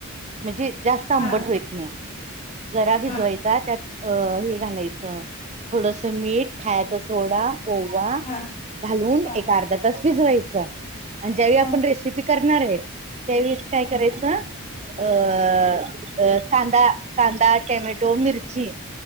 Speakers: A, on the right; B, on the left.
A: म्हणजे जास्त आंबट
B: हा
A: होत नाही गरा भिजवायचा
B: हा हा
A: त्यात अ हे घालायचं थोडस मीठ खायचा सोडा ओवा
B: हा
A: घालून
B: हा
A: एक अर्धा तास भिजवायचं. आणि ज्या वेळी आपण
B: हा हा
A: रेसिपी करणार आहे. हा <inaudible> त्यावेळीस काय करायचं. अ अ कांदा कांदा टमॅटो मिर्ची,